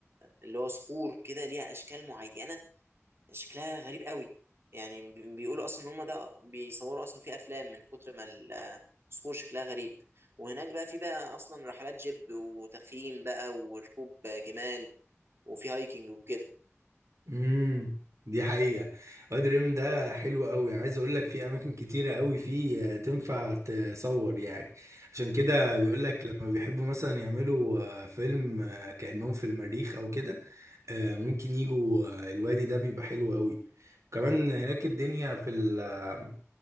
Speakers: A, on the right; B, on the right.
A: اللي هو صخور كده ليها اشكال معينه شكلها غريب قوي يعني بي- بيقولوا اصلا ان هم ده بيصوروا اصلا في افلام من كتر ما ال- آه، الصخور شكلها غريب وهناك بقى في بقى اصلا رحلات جيب وتخييم بقى وركوب جمال وفي هايكنج وكده
B: امم دي حقيقة وادي الريم ده حلو قوي يعني عايز اقول لك في اماكن كتيرة قوي فيه تنفع تصور يعني عشان كده بيقول
A: مم.
B: لك لما بيحبوا مثلا يعملوا آه، فيلم آه، كأنهم في المريخ او كده آه، ممكن يجوا آه، الوادي ده بيبقى حلو قوي كمان هناك الدنيا في ال آه،